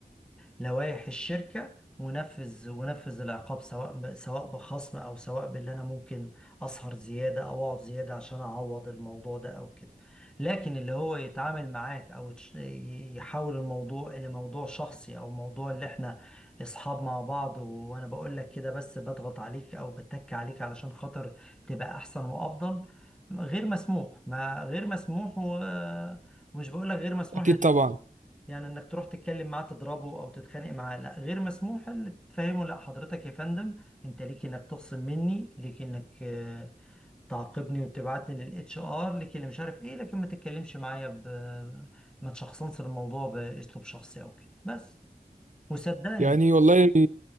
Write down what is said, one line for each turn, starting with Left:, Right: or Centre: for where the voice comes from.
Centre: للوائح الشركة ونفذ ونفذ العقاب سواء ب- سواء بخصم او سواء باللي انا ممكن اسهر زيادة او اقعد زيادة عشان اعوض الموضوع ده او كده لكن اللي هو يتعامل معاك او يتش- ي- يحول الموضوع الى موضوع شخصي او موضوع اللي احنا اصحاب مع بعض و- وانا بقول لك كده بس بضغط عليك او بتك عليك علشان خاطر تبقى احسن وافضل غير مسموح ما غير مسموح و... ومش بقول لك غير مسموح
Right: اكيد
Centre: يعني
Right: طبعا
Centre: يعني انك تروح تتكلم معاه تضربه او تتخانق معاه لا غير مسموح اللي تفهمه لا حضرتك يا فندم انت ليك انك تخصم مني ليك انك آه، تعاقبني وتبعتني للاتش ار ليك اللي مش عارف ايه لكن ما تتكلمش معايا ب ما تشخصنش الموضوع باسلوب شخصي او كده بس وصدقني
Right: يعني والله